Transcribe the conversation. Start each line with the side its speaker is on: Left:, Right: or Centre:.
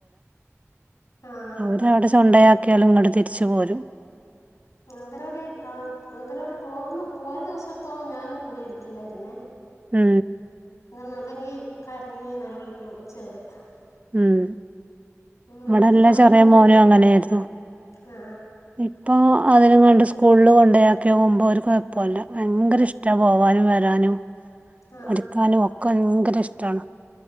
Left: ആ
Right: അവര് അവിടെ <inaudible> <inaudible> ഒക്കൽ ഇങ്ങോട്ട് തിരിച്ചു പോരും
Left: അങ്ങനോടി ആ അങ്ങനോടി പോ ഒന്നു പോയ ദിവസടുത്തോളം ഞാനും കൂടെ ഇരിക്കില്ലായിരുന്നേ
Right: മ്മ്
Left: അങ്ങ അല്ലെങ്കി കരഞ്ഞ നല്ല വിളിക്കും ഉച്ചകരെ <unintelligible>
Right: ഉം
Left: വീട്ടിലെ
Right: ഇവിടെല്ലാം
Left: പണിയൊന്നും
Right: ചെറിയ
Left: തീരില്ല
Right: മോനും അങ്ങനൊയിരുന്നു
Left: ആ
Right: ഇപ്പൊ അതിനുംണ്ട് <unintelligible> <inaudible> ണ്ട് സ്കൂളിൽ കൊണ്ടയാക്കി പോകുമ്പോൾ അവർും എപ്പംമല്ല ഭയങ്കര ഇഷ്ടമാണ് പോവാനും വരാനും <unintelligible>
Left: ആ
Right: <unintelligible> പഠിക്കാനും ഒക്കേ ന്ക് ഭയങ്കര ഇഷ്ടാണ്